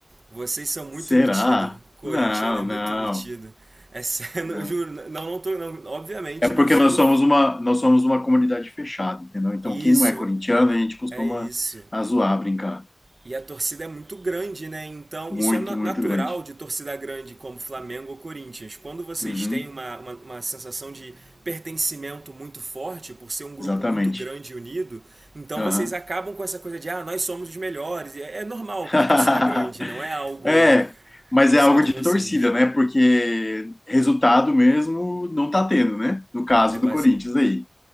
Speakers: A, on the right; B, on the left.
A: Vocês são muito
B: Será?
A: metido. Corintiano
B: Não,
A: é muito
B: não,
A: metido. É sério,
B: não.
A: <laughs> eu juro, não, não tô. Não, obviamente
B: É porque
A: não estou.
B: nós somos uma, nós somos uma comunidade fechada, entendeu? Então,
A: Isso,
B: quem não é corintiano, a gente costuma
A: é isso.
B: a zoar, brincar.
A: E a torcida é muito grande, né? Então,
B: Muito,
A: isso é na-
B: muito
A: natural
B: grande.
A: de torcida grande como Flamengo ou Corinthians. Quando vocês
B: Uhum,
A: têm uma, uma, uma sensação de pertencimento muito forte, por ser um grupo
B: exatamente.
A: muito grande e unido, então
B: Aham.
A: vocês acabam com essa coisa de, ah, nós somos os melhores. E É, é normal
B: <laughs>
A: de torcida grande, não é algo
B: É, mas
A: só
B: é algo
A: de
B: de
A: vocês.
B: torcida, né? Porque resultado mesmo não tá tendo, né? No caso
A: É base.
B: do Corinthians aí.